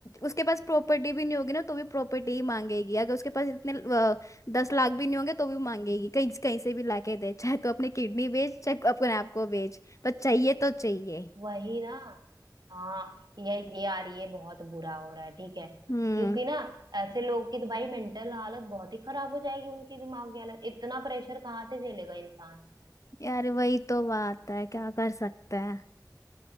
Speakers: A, on the left; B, on the right.
A: उसके पास प्रॉपर्टी भी नहीं होगी ना तो भी प्रॉपर्टी ही मांगेगी अगर उसके पास इतने अ, दस लाख भी नहीं होंगे तो भी मांगेगी कहीं कहीं से भी लाके दे चाहे तो अपने किडनी बेच चाहे अपने आप को बेच पर चाहिए तो चाहिए
B: वही ना हाँ ये ये यार ये बहुत बुरा हो रहा है ठीक है
A: हम्म
B: क्योंकि ना ऐसे लोग की तो भाई मेंटल हालत बहुत ही खराब हो जाएगी उनकी दिमाग की हालत इतना प्रेशर कहाँ से झेलेगा इंसान
A: यार वही तो बात है क्या कर सकते हैं